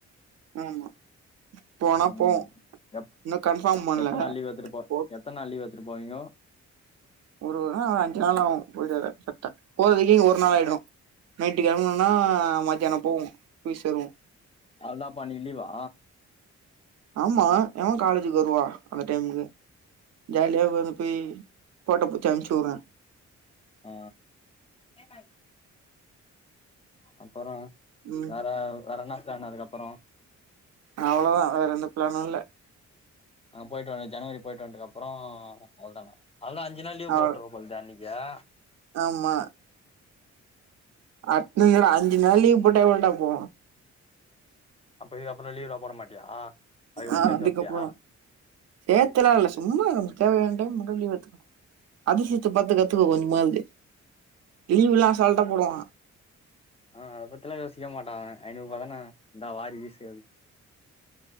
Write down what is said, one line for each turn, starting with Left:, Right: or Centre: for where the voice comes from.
Right: ஆமா போனா
Left: ம்
Right: போவோ
Left: எப்
Right: இன்னு கன்ஃபார்ம் பண்ல
Left: எத்த நாள் லீவ் எத்துட்டு போ
Right: ஒரு
Left: எத்தனை நாள் லீவ் எத்துட்டு போவீங்கோ
Right: ஒரு அஞ்சு நாள் ஆகு போயிட்டு வர‌ கரட்டா போறதுக்கே இங்க ஒரு நாள் ஆயிடு நைட்டு கெழம ஆ மத்தியான போவோ போய் சேருவோ
Left: அவ்ளாதாப்பா இன்னக்கி லீவா
Right: ஆமா எவ காலேஜிக்கு வருவா அந்த டைமுக்கு ஜாலியா ந்து போயி போட்டோ புட்ச்சு அனுப்ச்சு உட்ர
Left: ஆ ஆ அப்பறோ
Right: ம்
Left: வேற வேற என்னா ப்ளானு அதுக்கப்பறோ
Right: அவ்ளதா வேற எந்த பிளானு இல்ல
Left: அங்க போயிட்டு வந்த ஜனவரி போயிட்டு வன்ட்டதுக்குப்புறோ அவ்ள்தானா அததுதா அஞ்சு நாள் லீவ்
Right: அவ
Left: போட்ருவ போல தெரிதே அன்னக்கி யா
Right: ஆமா அட்த் <unintelligible> அஞ் சு நாள்‌ லீவ் போட்டா எவ்ள்ட்டா போவூ
Left: இப்ப இதுக்கப்புற லீவ்ல்லா போட மாட்டியா அதுக்கப்பறோ
Right: ஆ
Left: சேத்து
Right: அதுக்கப்புறோ
Left: வப்பியா
Right: சேத்தலா இல்ல சும்மா தேவயாண்ட டயம் முதல் லீவூ எட்த்துக்கணு அதிசித்த பாத்து கத்துக்கோ கொஞ்ச மாவுது லீவுல்லா அசால்ட்டா போடுவா
Left: ஆ அத பத்தில்லா யோசிக்க மாட்டான் அவ ஐநூர்பா தான இந்தா வாரி வீசு அப்டின்